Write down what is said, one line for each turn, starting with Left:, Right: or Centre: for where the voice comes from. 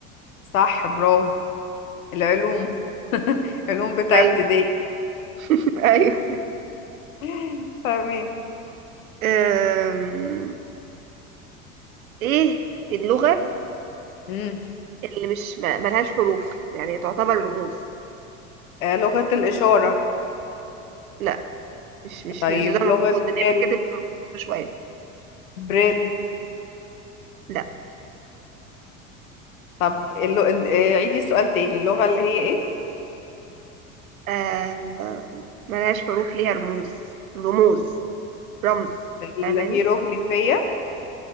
Left: صح برافو العلوم علوم بتاع
Right: أيوه
Left: ابتدائي
Right: <laughs> أيوه
Left: <laughs> تمام
Right: آم، إيه اللغة
Left: مم.
Right: اللي مش ما- ملهاش حروف يعني تعتبر رموز؟
Left: آه لغة الإشارة
Right: لا مش مش
Left: طيب
Right: مش ده المقصود
Left: لغة
Right: اللي
Left: بريل
Right: هي فكرة الرموز شوية
Left: بريل
Right: لا
Left: طب اللو... آه عيدي السؤال تاني اللغة اللي هي إيه؟
Right: آه ملهاش حروف ليها رموز رموز رمز
Left: الهيروغليفية
Right: فاهماني